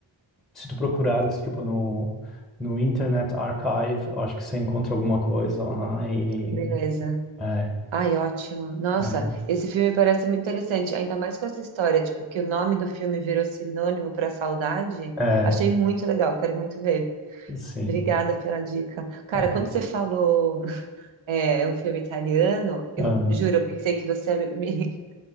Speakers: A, in the centre; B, on the right.
A: se tu procurares, tipo, no, no Internet Archive, eu acho que você encontra alguma coisa lá e...
B: Beleza.
A: É,
B: Ai, ótimo. Nossa,
A: é,
B: esse filme parece muito interessante, ainda mais com essa história, tipo, que o nome do filme virou sinônimo para saudade.
A: é,
B: Achei muito legal, quero muito ver.
A: sim.
B: Obrigada pela dica. Cara,
A: Ah,
B: quando você falou <laughs> é, um filme italiano, eu
A: ah,
B: juro, eu pensei que você ia me...